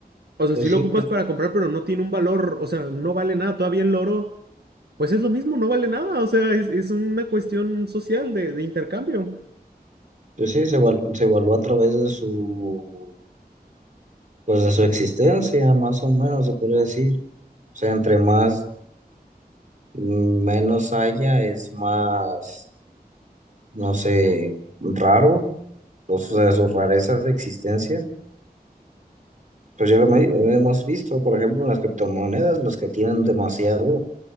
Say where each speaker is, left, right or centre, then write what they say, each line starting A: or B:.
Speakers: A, on the right; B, on the right.
A: O sea,
B: Pues
A: sí lo
B: sí,
A: ocupas
B: pre-
A: para comprar, pero no tiene un valor, o sea, no vale nada. Todavía el oro, pues es lo mismo, no vale nada. O sea, es, es una cuestión social de, de intercambio.
B: pues sí, se, val- se evaluó a través de su, pues de su existencia, más o menos, se podría decir. O sea, entre más, mm, menos haya, es más, no sé, raro, o sea, su rareza de existencia. Pues ya lo me- lo hemos visto, por ejemplo, en las criptomonedas, los que tienen demasiado,